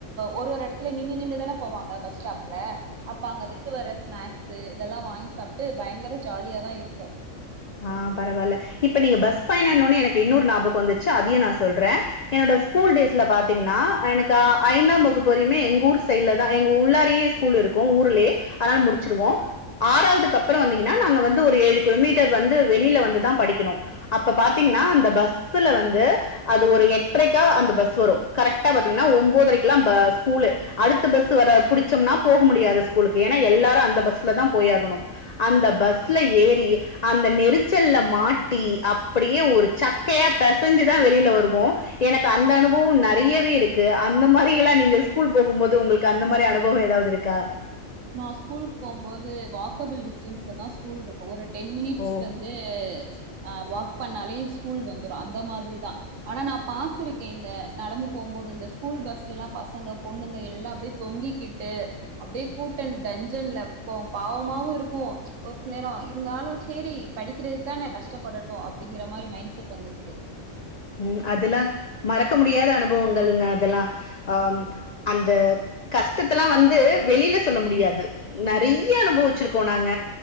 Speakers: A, on the right; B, on the left.
A: ஒரு ஒரு இடத்தல நின்னு நின்னு தான போவாங்க பஸ் ஸ்டாப் ல அப்ப அங்க வித்து வர ஸ்நாக்ஸு இதெல்லா வாங்கி சாப்ட்டு பயங்கர ஜாலியாதா இருக்கூ
B: ஆ பரவால்ல இ ப்ப நீங்க பஸ் பயணம்னோனே எனக்கு இன்னொரு ஞாபகம் வந்துச்சு அதயும் நா சொல்றே என்னோட ஸ்கூல் டேஸ்ல பாத்தீங்கன்னா எனக்கு ஐந்தாம் வகுப்புரியமே எங்க ஊர் சைடல தா எங்க உள்ளாரே ஸ்கூல் இருக்கும் ஊர்லே அத முடிச்சிருவோம் ஆறாவதுக்கு அப்பறோ வந்திங்கனா நாங்க வந்து ஒரு ஏழு கிலோமீட் டர் வந்து வெளில வந்துதான் படிக்கணும் அப்ப பாத்தீங்கன்னா அந்த பஸ்ல வந்து அது ஒரு எட்டரைக்கா அந்த பஸ் வரும் கரெக்டா பாத்தீங்கன்னா ஒன்பதரைக்கு எல்லாம் பஸ் ஸ்கூல் அடுத்த பஸ் வர புடிச்சம்னா போக முடியாது ஏனா எல்லாரும் அந்த பஸ்ல தான் போயாகணு அந்த பஸ்ல ஏறி அந்த நெரிச்சல்ல மாட்டி அப்டியே ஒரு சக்கையா பிசஞ்சுதான் வெளில வருவோ எனக்கு அந்த அனுபவம் நெறயவே இருக்கு அந்த மாரி எல்லாம் நீங்க ஸ்கூல் போகும்போது உங்களுக்கு அந்த மாரி அனுபவோ ஏதாவது இருக்கா
A: நான் ஸ்கூல் போம்போது வாக்கபுள் டிஸ்டன்ஸ்ல தா ஸ்கூல் இருக்கூ ஒரு டென் மினிட்ஸ்
B: ஓ!
A: வந்து அ வாக் பண்ணாலே ஸ்கூல் வந்துரும் அந்த மாரிதா ஆனா நான் பாத்துருக்கே இந்த நடந்து போம்போது இந்த ஸ்கூல் பஸ்ல எல்லாம் பசங்க பொண்ணுங்க எல்லாம் அப்டியே தொங்கிக்கிட்டு அப்படியே கூட்டன் டஞ்சன்ல அப்டிப்போ பாவமாவு இருக்கூ ஒரு சில நேரம் இருந்தாலும் சேரி படிக்கிறதுக்கு தான கஷ்டப்படட்டும் அப்படிங்கிற மாரி மைண்ட் செட் வந்துருச்சு
B: ம் அதெல்லா மரக் றக்க முடியாத அனுபவங்கள்ங்க அதெல்லா அ அந்த கஷ்டத்தல்லா வந்து வெளில சொல்ல முடியாது நெறய அனுபவச்சிருக்கோம் நாங்க